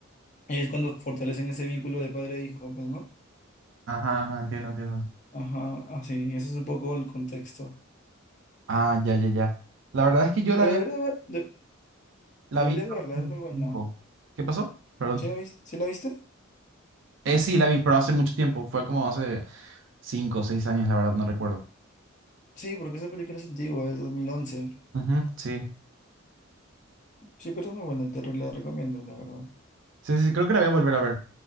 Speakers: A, on the left; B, on the right.
A: Es cuando fortalecen ese vínculo de padre e hijo, pues, ¿no?
B: ajá, ajá, entiendo, entiendo.
A: Ajá, así, ese es un poco el contexto.
B: Ah, ya, ya, ya. La verdad es que yo la
A: Pero
B: había,
A: deberías ver- de-
B: la
A: deberías
B: vi pero
A: verla,
B: hace mucho
A: es muy buena.
B: tiempo. ¿Qué pasó? Perdón.
A: ¿Sí la viste? ¿Sí la viste?
B: Eh, sí, la vi, pero hace mucho tiempo. Fue como hace cinco o seis años, la verdad, no recuerdo.
A: Sí, porque esa película es antigua, es dos mil once
B: Ujú, sí.
A: Sí, pero es muy buena, te re- la recomiendo, la verdad.
B: Sí, sí, sí, creo que la voy a volver a ver.